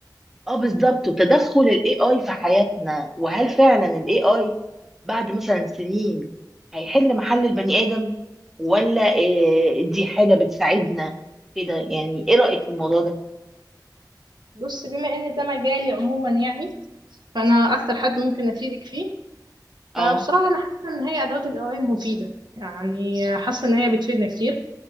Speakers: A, in the centre; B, on the right (about 75°).
A: اه بالظبط وتدخل الاي اي في حياتنا وهل فعلا الاي اي بعد مثلا سنين هيحل محل البني ادم ولا إيه دي حاجة بتساعدنا كده يعني ايه رأيك في الموضوع ده؟
B: بص بما ان ده مجالي عموما يعني فانا اكتر حد ممكن افيدك فيه
A: اه
B: فبصراحه انا حاسه ان هي ادوات الاي اي مفيده يعني حاسه ان هي بتفيدنا كتير